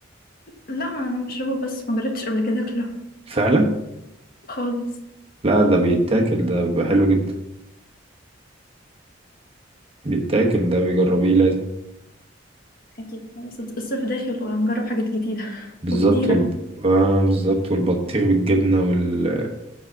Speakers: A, on the left; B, on the right.
A: لا انا بشربه بس ما جربتش قبل كده اكله
B: فعلا
A: خالص
B: لا ده بيتاكل ده بيبقى حلو جدا بيتاكل ده بيجربيه لازم
A: اكيد بس الصيف داخل وهنجرب حاجات جديدة <laughs>
B: بالظبط
A: وكتيرة
B: وال... آه بالظبط والبطيخ بالجبنة وال...